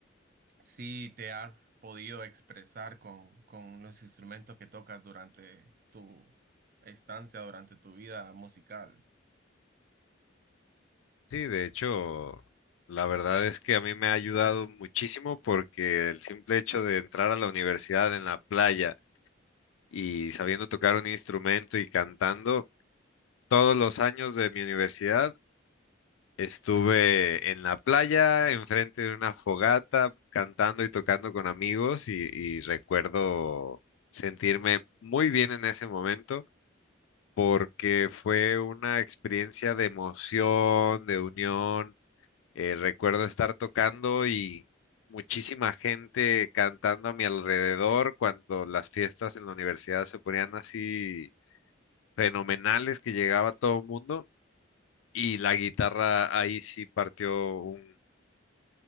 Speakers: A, on the right (about 45°); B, on the left (about 85°).
A: si te has podido expresar con, con los instrumentos que tocas durante tu estancia, durante tu vida musical.
B: Sí, de hecho, la verdad es que a mí me ha ayudado muchísimo porque el simple hecho de entrar a la universidad en la playa, y sabiendo tocar un instrumento y cantando. Todos los años de mi universidad estuve en la playa, enfrente de una fogata, cantando y tocando con amigos y, y recuerdo sentirme muy bien en ese momento porque fue una experiencia de emoción, de unión. Eh, recuerdo estar tocando y... Muchísima gente cantando a mi alrededor cuando las fiestas en la universidad se ponían así fenomenales que llegaba todo el mundo y la guitarra ahí sí partió un-